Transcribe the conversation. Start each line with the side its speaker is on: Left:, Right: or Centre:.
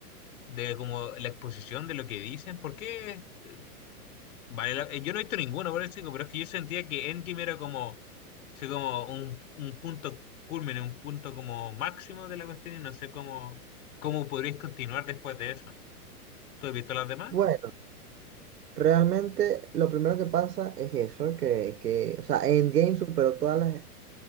Left: de como la exposición de lo que dicen? ¿Por qué? eh, Vale, la- eh, yo no he visto ninguna, por eso digo, pero es que yo sentía que Endgame era como, así como un, un punto culmen, un punto como máximo de la cuestión y no sé cómo, cómo podréis continuar después de eso. ¿Tú has visto las demás?
Right: bueno, realmente lo primero que pasa es eso, que, que, o sea, Endgame superó todas las